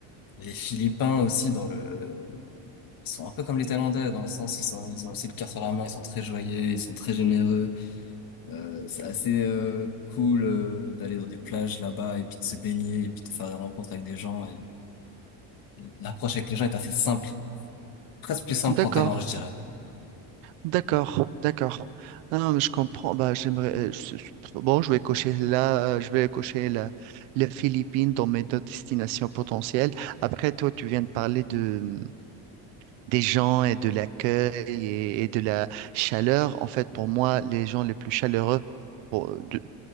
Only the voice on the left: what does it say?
les Philippins aussi, dans le... ils sont un peu comme les Thaïlandais, dans le sens, ils sont, ils ont aussi le cœur sur la main, ils sont très joyeux, ils sont très généreux. Euh, c'est assez euh, cool euh, d'aller dans des plages là-bas et puis de se baigner et puis de faire des rencontres avec des gens. Et... L'approche avec les gens est assez simple, presque plus simple
qu'en Thaïlande, je dirais.